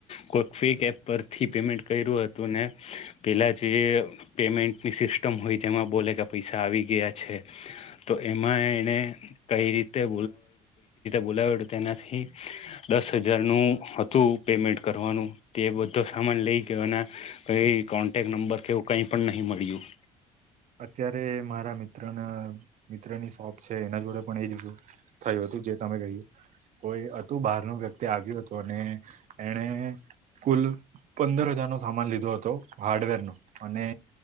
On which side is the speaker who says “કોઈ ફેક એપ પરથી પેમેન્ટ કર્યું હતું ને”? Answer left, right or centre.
Left